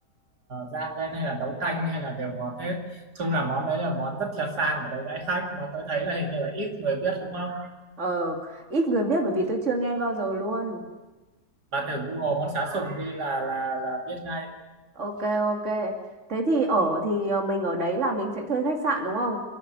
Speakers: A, on the right (about 75°); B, on the right (about 45°).
A: rang lên hay là nấu canh hay là đều ngọt hết chung là món đấy là món rất là sang ở đây đãi khách mà tôi thấy là hình như là ít người biết đúng không
B: Ờ, ít người biết bởi vì tôi chưa nghe bao giờ luôn.
A: bà thử Google con sá sùng đi là là là biết ngay
B: Ok, ok. Thế thì ở thì ờ, mình ở đấy là mình sẽ thuê khách sạn đúng không?